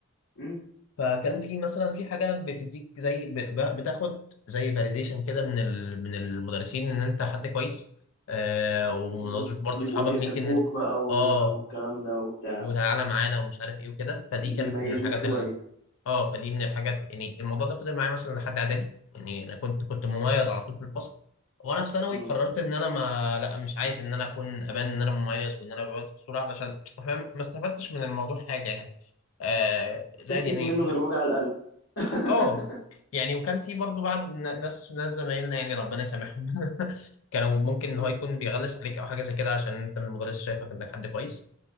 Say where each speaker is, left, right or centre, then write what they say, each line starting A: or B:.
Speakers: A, on the left (about 65°); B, on the left (about 85°).
A: مم.
B: فكان في مثلا في حاجه بتديك زي ب- ب- بتاخد زي فاليديشن كده من ال- من المدرسين ان انت حد كويس آه ومناظرة
A: مم.
B: برضه
A: بيبقوا
B: اصحابك
A: بيحبوك
B: ليك ان انت
A: بقى و-
B: اه
A: والكلام ده وبتاع
B: وتعالى معانا ومش عارف ايه وكده فدي
A: بيميزوك
B: كانت من الحاجات
A: شوية
B: ال... اه فدي من الحاجات يعني الموضوع ده فضل معايا مثلا لحد اعدادي يعني انا كنت كنت مميز على طول في الفصل وانا في ثانوي
A: مم.
B: قررت ان انا ما لا مش عايز ان انا اكون ابان ان انا مميز وان انا ببان في الصوره علشان فاهم ما استفدتش من الموضوع حاجه يعني آه زائد
A: مكتش
B: يعني
A: منه غير وجع القلب <laughs>
B: اه يعني وكان في برضو بعض ن- ناس ناس زمايلنا يعني ربنا يسامحهم <laughs> كانوا ممكن
A: مم.
B: ان هو يكون بيغلس عليك او حاجه زي كده عشان انت من المدرس شايفك انك حد كويس